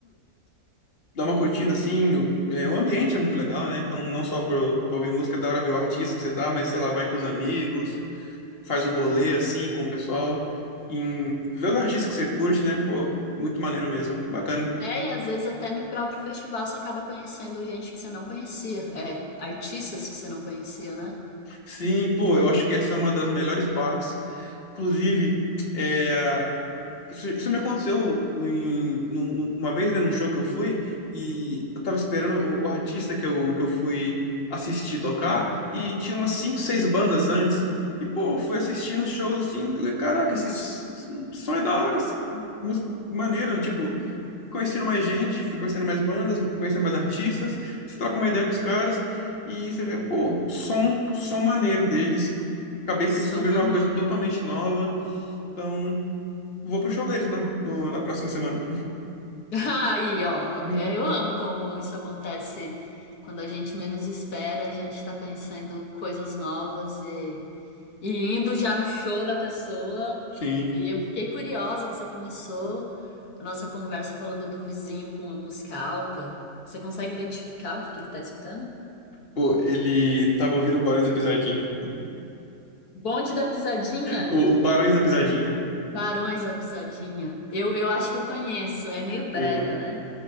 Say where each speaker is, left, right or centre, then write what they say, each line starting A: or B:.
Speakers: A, on the left (about 40°); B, on the left (about 80°).
A: dar uma curtida assim. O, é, o ambiente é muito legal, né? Então, não só para ouvir música, é da hora ver o artista que você tá, mas sei lá, vai com os amigos, faz um rolê assim com o pessoal, em, vê os artistas que você curte, né? Pô, muito maneiro mesmo, bacana.
B: É, e às vezes até no próprio festival você acaba conhecendo gente que você não conhecia, é, artistas que você não conhecia, né?
A: Sim, pô, eu acho que essa é uma das melhores partes. Inclusive, é, Isso, isso me aconteceu em, num- num- uma vez, né, num show que eu fui, e eu tava esperando o, o artista que eu, que eu fui assistir tocar, e tinha umas cinco, seis bandas antes. E, pô, eu fui assistindo os shows assim, falei, caraca, esse s- s- som é da hora, essa música maneira, tipo, conhecendo mais gente, fui conhecendo mais bandas, conhecendo mais artistas, você troca uma ideia com os caras, e você vê, pô, som, som maneiro deles. Acabei
B: São
A: descobrindo
B: maneiros.
A: uma coisa totalmente nova, então. Vou pro show deles na, no- na próxima semana.
B: <laughs> Aí, ó,
A: Uhum.
B: é, eu amo como isso acontece quando a gente menos espera, a gente tá conhecendo coisas novas e, e indo já no show da pessoa.
A: Sim.
B: E eu fiquei curiosa que você começou a nossa conversa falando do vizinho com a música alta. Você consegue identificar o que que ele tá escutando?
A: Pô, ele tava ouvindo o Barões da Pisadinha.
B: Bonde da Pisadinha,
A: O, o Barões da Pisadinha.
B: Barões da Pisadinha. Eu, eu acho que eu conheço, é meio brega,
A: Pô,
B: né?